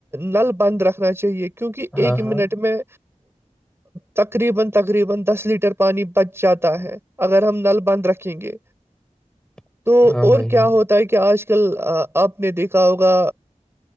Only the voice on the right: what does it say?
نل بند رکھنا چاہیے کہ کیونکہ
ایک
منٹ میں تقریبا تقریبا دس لیٹر پانی بچ جاتا ہے اگر ہم نل بند رکھیں گے
تو
اور
کیا
ہوتا ہے کہ آج کل آپ نے دیکھا ہوگا